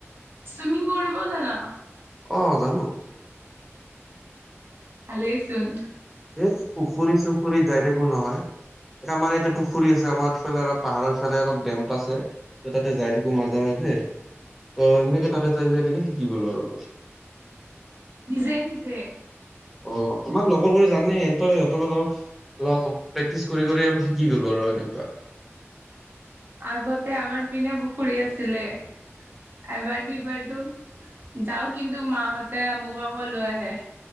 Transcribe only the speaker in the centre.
অ', জানো।
এই পুখুৰী চুখুৰীত যায় থাকোঁ নহয়। আমাৰ ইয়াতে পুখুৰী আছে, আমাৰ ফালে অলপ পাহাৰৰ ফালে অলপ ডেম্প আছে। ত' তাতে যায় থাকো মাজে মাজে, ত' সেনেকে তাতে যায়, যায় সনেকে শিকি গলো আৰু মই।
অ', আমাৰ লগৰ বোৰে জানে সিহঁতই, সিহঁতৰ লগত অলপ প্ৰেক্টিচ কৰি, কৰি অলপ শিকি গলো আৰু এনেকুৱা।